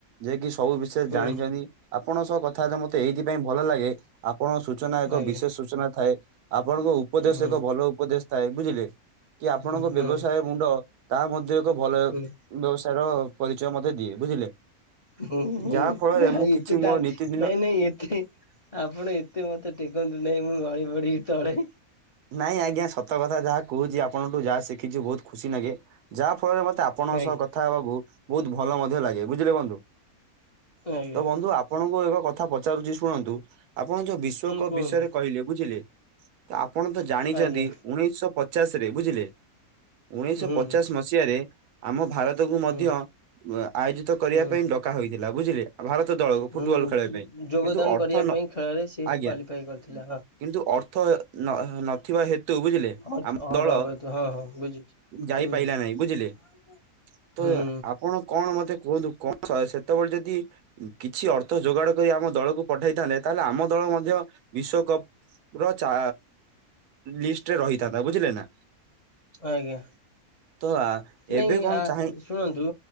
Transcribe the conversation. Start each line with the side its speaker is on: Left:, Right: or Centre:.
Right: ଯେ କିି ସବୁ ବିଷୟରେ
Left: ହୁଁ
Right: ଜାଣିଚନ୍ତି। ଆପଣଙ୍କ ସହ କଥା ହେଲେ ମତେ ଏଇଥିପାଇଁ ଭଲ ଲାଗେ। ଆପଣଙ୍କ ସୂଚନା ଏକ
Left: ଆଜ୍ଞା
Right: ବିଶେଷ ସୂଚନା ଥାଏ ଆପଣଙ୍କ ଉପଦେଶ
Left: ହୁଁ
Right: ଏକ ଭଲ ଉପଦେଶ ଥାଏ ବୁଝିଲେ କି ଆପଣଙ୍କ
Left: ହୁଁ ହୁଁ
Right: ବ୍ୟବସାୟ ମୁଣ୍ଡ ତାହା ମଧ୍ୟ ଏକ ଭଲ
Left: <unintelligible>
Right: ବ୍ୟବସାୟ ର ପରିଚୟ ମତେ ଦିଏ ବୁଝିଲେ।
Left: <unintelligible>
Right: ଯାହା ଫଳରେ
Left: ନାଇଁ
Right: ମୁଁ
Left: ଏତେ
Right: କିଛି ମୋ
Left: ତାର
Right: ନୀତିଦିନ
Left: ନାଇଁ ନାଇଁ ଏତେ ଆପଣ ଏତେ ମତେ ଟେକନ୍ତୁ ନାଇଁ ମୁଁ ଗଳି ପଡ଼ିବି ତଳେ।
Right: ନାଇଁ ଆଜ୍ଞା ସତ କଥା ଯାହା କହୁଛି ଆପଣଙ୍କଠୁ ଯାହା ଶିଖିଚି ବୋହୁତ ଖୁସି ନାଗେ। ଯାହା ଫଳରେ ମତେ ଆପଣଙ୍କ
Left: ଆଜ୍ଞା
Right: ସହ କଥା ହେବାକୁ ବୋହୁତ ଭଲ ମଧ୍ୟ ଲାଗେ ବୁଝିଲେ ବନ୍ଧୁ।
Left: ଆଜ୍ଞା
Right: ତ ବନ୍ଧୁ ଆପଣଙ୍କୁ ଏକ କଥା ପଚାରୁଚି ଶୁଣନ୍ତୁ ଆପଣ ଯୋଉ ବିଶ୍ଵକପ୍
Left: ହୁଁ କୁହନ୍ତୁ
Right: ବିଷୟରେ କହିଲେ ବୁଝିଲେ ତ ଆପଣ ତ ଜାଣିଛନ୍ତି
Left: ଆଜ୍ଞା
Right: ଉଣେଇଶ ପଚାଶ ରେ ବୁଝିଲେ ଉଣେଇଶପଚାଶ
Left: ହୁଁ
Right: ମସ୍ ସିଆରେ ଆମ ଭାରତକୁ
Left: ହୁଁ
Right: ମଧ୍ୟ ଆୟୋଜିତ କରିବା
Left: ହୁଁ
Right: ପାଇଁ ଡକା ହୋଇଥିଲା ବୁଝିଲେ। ଭାରତ ଦଳକୁ ଫୁଟୁବଲ
Left: ହୁଁ
Right: ଖେଳିବା ପାଇଁ
Left: ଯୋଗଦାନ
Right: କିନ୍ତୁ ଅର୍ଥ
Left: କରିବା
Right: ନ
Left: ପାଇଁ ଖେଳରେ ସିଏ
Right: ଆଜ୍ଞା
Left: କ୍ୱାଲିଫାଇ କରିଥିଲା ହଁ
Right: କିନ୍ତୁ ଅର୍ଥ <unintelligible> ଥିବା ହେତୁ ବୁଝିଲେ
Left: ହଁ
Right: ଆମ
Left: ହଁ
Right: ଦଳ
Left: ବାବା ହଁ ହଁ ବୁଝୁଛି
Right: ଯାଇପାଇଲା
Left: ହୁଁ
Right: ନାହିଁ ବୁଝିଲେ।
Left: <unintelligible>
Right: ତ
Left: ହୁଁ
Right: ଆପଣ କଣ ମତେ କୁହନ୍ତୁ କଣ ସେତୋବୋଳେ ଯଦି କିଛି ଅର୍ଥ ଯୋଗାଡ କରି ଆମ ଦଳକୁ ପଠେଇଥାନ୍ତେ ତାହେଲେ ଆମ ଦଳ ମଧ୍ୟ ବିଶ୍ଵକପ ର ଚା ଲିଷ୍ଟରେ ରହିଥାନ୍ତା ବୁଝିଲେ ନା।
Left: ଆଜ୍ଞା।
Right: ତ ଆ,
Left: ନାଇଁ
Right: ଏବେ କଣ
Left: ଆ
Right: ଚାହେଁ
Left: ଶୁଣନ୍ତୁ